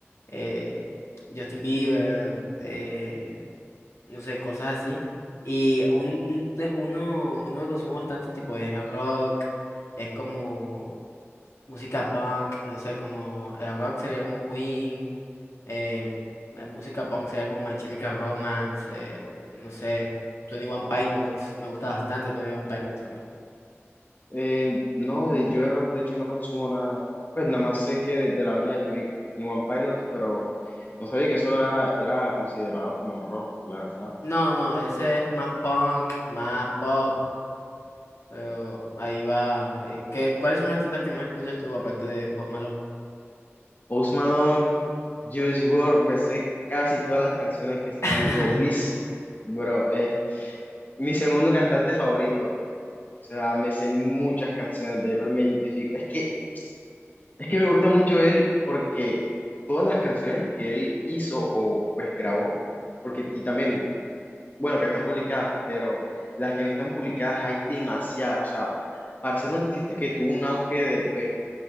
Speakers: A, on the left; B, on the left.
A: eh, Justin Bieber, eh, no sé, cosas así. Y un, un te- uno, uno que consumo bastante tipo es rock, es como música punk, no sé, como el rock sería como Queen, eh, eh, música punk sería como My Chemical Romance, eh, no sé, Twenty One Pilots, me gusta bastante Twenty One Pilots a mí.
B: Eh, no, de- yo de rap de hecho no consumo nada. Pues nada más sé que de, de la banda de Tony en One Pilot, pero no sabía que eso era, era considerado como rock, la verdad.
A: No, no, ese es más punk, más pop, pero ahí va. ahí- ¿Qué, cuáles son los artistas que más escuchas tú aparte de Post Malone?
B: Post Malone, Juice WRLD, me sé casi todas las canciones que están
A: <laughs>
B: release. Bro, es mi segundo cantante favorito. O sea, me sé muchas canciones de él, me identifico. Es que, es que me gusta mucho él porque todas las canciones que él hizo o pues grabó, porque, y también bueno, que están publicadas, pero las que no están publicadas hay demasiadas. O sea, para ser un artista que tuvo un auge de, pues,